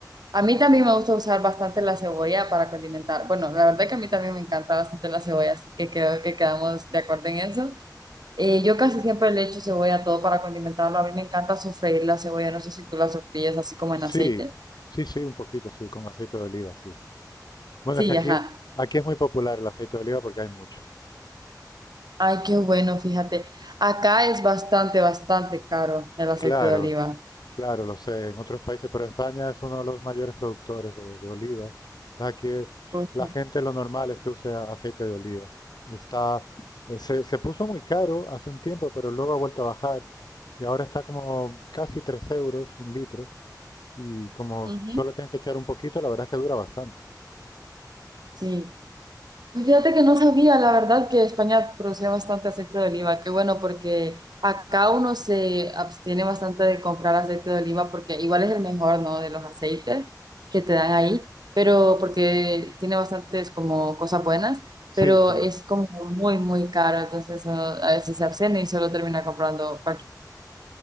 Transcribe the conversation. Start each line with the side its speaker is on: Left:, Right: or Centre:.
Right: A mí también me gusta usar bastante la cebolla para condimentar. Bueno, la verdad que a mí también me encanta bastante la cebolla, así que creo que quedamos de acuerdo en eso. Eh, yo casi siempre le echo cebolla a todo para condimentarlo. A mí me encanta sofreír la cebolla. No sé si tú la sofríes así como
Left: Sí,
Right: en aceite.
Left: sí, sí, un poquito, sí, con aceite de oliva, sí. Bueno,
Right: Sí,
Left: es que aquí,
Right: ajá.
Left: aquí es muy popular el aceite de oliva porque hay mucho.
Right: Ay, qué bueno, fíjate. Acá es bastante, bastante caro el aceite
Left: Claro.
Right: de oliva.
Left: Claro, lo sé, en otros países, pero España es uno de los mayores productores de, de olivas. Entonces aquí
Right: Ujú.
Left: la gente lo normal es que use a- aceite de oliva. Está, eh, se, se puso muy caro hace un tiempo, pero luego ha vuelto a bajar y ahora está como casi 3 euros un litro y como
Right: Ujú.
Left: solo tienes que echar un poquito, la verdad es que dura bastante.
Right: Sí. Fíjate que no sabía, la verdad, que España producía bastante aceite de oliva. Qué bueno, porque acá uno se abstiene bastante de comprar aceite de oliva porque igual es el mejor, ¿no? De los aceites que te dan ahí, pero porque tiene bastantes como cosas buenas, pero
Left: Sí, sí.
Right: es como muy, muy caro. Entonces uno a veces se abstiene y solo termina comprando